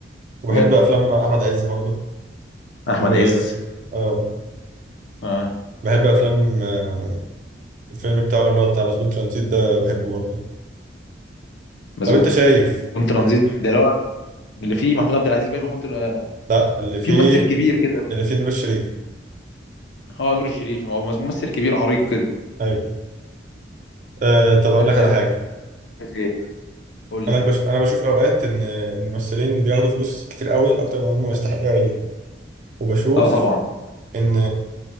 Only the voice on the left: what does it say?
بجد
احمد
عز
اه
مسجون
ترانزيت ده اللي هو اللي فيه محمود عبد العزيز باين محمود آه،
في
ممثل كبير كده
اه نور الشريف هو ممثل كبير عريق كده
انا
شايف
ايه قول لي
اه طبعا